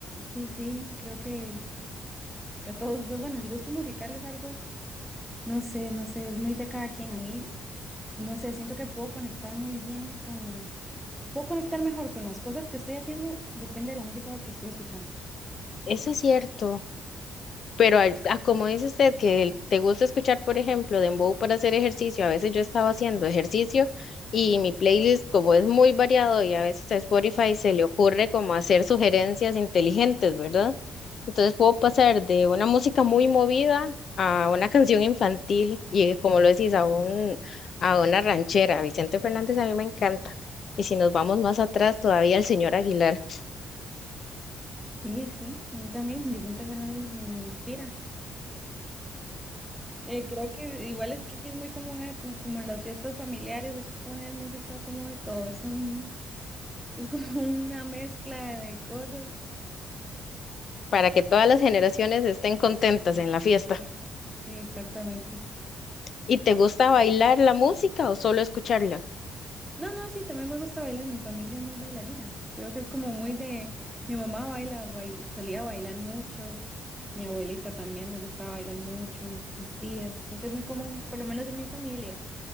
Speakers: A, in the centre; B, on the left.
A: sí, sí, creo que a todos, bueno, el gusto musical es algo, no sé, no sé, es muy de cada quien. A mí, no sé, siento que puedo conectar muy bien con, puedo conectar mejor con las cosas que estoy haciendo, depende de la música que estoy escuchando.
B: Eso es cierto. Pero al- a como dice usted que el- te gusta escuchar, por ejemplo, Dembow para hacer ejercicio, a veces yo estaba haciendo ejercicio y mi playlist, como es muy variado y a veces a Spotify se le ocurre como hacer sugerencias inteligentes, ¿verdad? Entonces puedo pasar de una música muy movida a una canción infantil y como lo decís, a un, a una ranchera. Vicente Fernández a mí me encanta. Y si nos vamos más atrás, todavía el señor Aguilar,
A: Sí, sí, a mí también Vicente Fernández me, me inspira. Eh, creo que igual es que aquí es muy común, ah, como, como en las fiestas familiares, es poner música como de todo, es un, es como <laughs> una mezcla de cosas.
B: para que todas las generaciones estén contentas en la fiesta.
A: Sí, sí, exactamente.
B: ¿Y te gusta bailar la música o solo escucharla?
A: No, no, sí, también me gusta bailar, mi familia es muy bailarina, creo que es como muy de, mi mamá baila, bail- solía bailar mucho, mi abuelita también le gustaba bailar mucho, mis tías, creo que es muy común, por lo menos en mi familia.